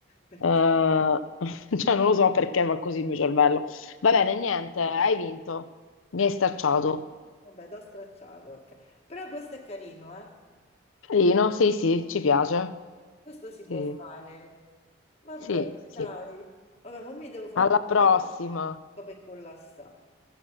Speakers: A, on the left (about 30°); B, on the left (about 85°).
A: Perché?
B: Eh, <laughs> cioè, non lo so perché va così il mio cervello. Va bene, niente, hai vinto. Mi
A: Eh,
B: hai stacciato.
A: vabbè, t'ho stracciato. ok. Però questo è carino, eh?
B: Carino, sì, sì, ci piace.
A: Questo si può
B: Sì,
A: fare. Vabbè,
B: sì, sì.
A: dai. Vabbè, ma mi devo fare
B: Alla
A: un caffè
B: prossima.
A: perché sto per collassare.